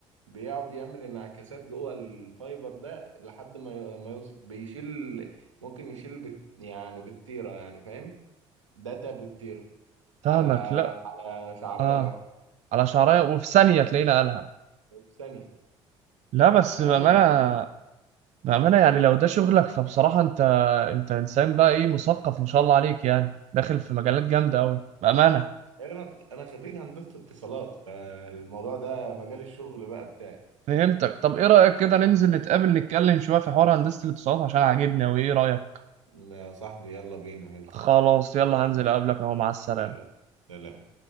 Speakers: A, on the right; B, on the right.
A: بيقعد يعمل انعكاسات جوه الفايبر ده لحد ما ي... ما يوصل بيشيل ممكن يشيل بت... يعني بالتيره يعني فاهم داتا بالتيره
B: فاهمك
A: على
B: لا
A: على شعرايه
B: اه
A: واحده
B: على شعريه وفي ثانيه تلاقينا قالها
A: في ثانيه
B: لا بس
A: اقل
B: بامانه
A: من ثانيه
B: بامانه يعني لو ده شغلك فبصراحه انت انت انسان بقى ايه مثقف ما شاء الله عليك يعني داخل في مجالات جامده قوي بامانه
A: يعني انا انا خريج هندسه اتصالات فالموضوع ده مجال الشغل بقى بتاعي
B: فهمتك طب ايه رايك كده ننزل نتقابل نتكلم شويه في حوار هندسه الاتصالات عشان عاجبني قوي ايه رايك
A: يا صاحبي يلا بينا يلا
B: خلاص يلا هنزل اقابلك اهو مع السلامه
A: يلا سلام